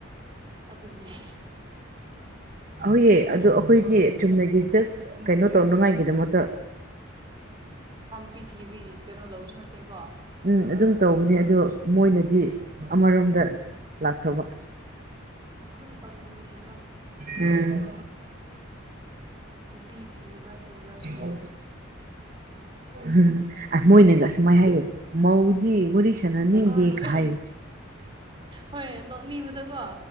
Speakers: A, on the right; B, on the right.
A: ꯑꯗꯨꯒꯤ ꯍꯤ
B: ꯑꯍꯣꯏꯌꯦ ꯑꯗꯣ ꯑꯩꯈꯣꯏꯗꯤ ꯆꯨꯝꯅ ꯒꯤ ꯖꯁ ꯀꯩꯅꯣ ꯇꯧꯅꯉꯥꯏꯒꯤꯗꯃꯛꯇ
A: ꯍꯣꯏ ꯄ꯭ꯔꯤꯊꯤꯕꯤ ꯀꯩꯅꯣ ꯇꯧꯕꯁꯨ ꯅꯠꯇꯦꯀꯣ
B: ꯎꯝ ꯑꯗꯨꯝ ꯇꯧꯕꯅꯦ ꯑꯗꯣ ꯃꯣꯏꯅꯗꯤ ꯑꯃꯔꯣꯝꯗ ꯂꯥꯛꯈꯔꯕ
A: ꯇꯧꯅꯤꯡꯕꯒꯤ
B: ꯎꯝ
A: ꯅꯨꯄꯤ ꯊꯤꯕ꯭ꯔꯥ ꯊꯤꯗꯕ꯭ꯔꯥꯁꯨ
B: ꯑ
A: ꯈꯪꯗꯦ
B: ꯍꯥꯍꯥꯍꯥ ꯃꯣꯏꯅꯒꯁ ꯁꯨꯃꯥꯏ ꯍꯥꯏꯌꯦ ꯃꯧꯗꯤ ꯋꯥꯔꯤ ꯁꯥꯟꯅ ꯅꯤꯡꯗꯦꯒ
A: ꯑꯍꯣꯏ ꯍꯣꯏ
B: ꯍꯥꯏꯌꯦ
A: ꯍꯣꯏ ꯅꯣꯛꯅꯤꯡꯕꯗꯀꯣ